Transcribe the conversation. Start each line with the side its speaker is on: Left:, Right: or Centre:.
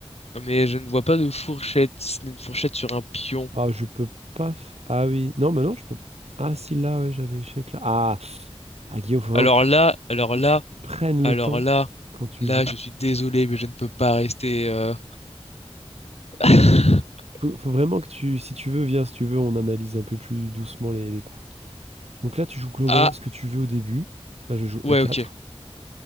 Left: mais je ne vois pas de fourchette, si ce n'est une fourchette sur un pion.
Right: Ah, je peux pas... f- Ah oui, non, mais non, je peux... Ah si, là, ouais, j'avais échec là. Ah, ah Guillaume, faut
Left: Alors
Right: vraiment que tu
Left: là, alors
Right: que
Left: là,
Right: tu prennes
Left: alors
Right: le temps
Left: là,
Right: quand tu
Left: là,
Right: joues.
Left: je suis désolé, mais je ne peux pas rester. euh, <laughs>
Right: Faut, faut vraiment que tu, si tu veux, viens, si tu veux, on analyse un peu plus doucement les, les coups. Donc là, tu joues globalement
Left: Ah,
Right: ce que tu veux au début. Là, je joue
Left: ouais,
Right: E4.
Left: ok.